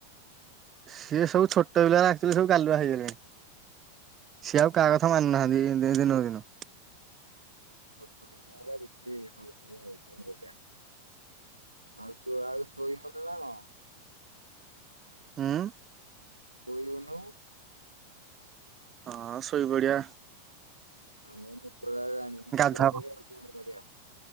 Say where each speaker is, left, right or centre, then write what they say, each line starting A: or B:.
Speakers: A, on the right; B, on the right.
A: ସିଏ ସବୁ ଛୋଟ ପିଲା ଆକଚୁଆଲି ସବୁ ଗାଲୁଆ ହେଇଗଲେଣି। ସିଏ ଆଉ କାହା
B: ହଁ
A: କଥା ମାନୁନାହାନ୍ତି। ଏ ଦିନକୁ ଦିନ।
B: <unintelligible> ଆଉ ସୋ ଆଉ ଶୋଇବୁନି ନା କଣ?
A: ଉଁ।
B: କୋଇଅନୁ।
A: ହଁ ଶୋଇ ପଡିଆ।
B: ଆମର ନିଦ ଲାଗିଲାଣି ମ
A: ଗାଧା
B: ଶୋଇପଡ଼ିବା ଆଉ କଣ କରିଆ।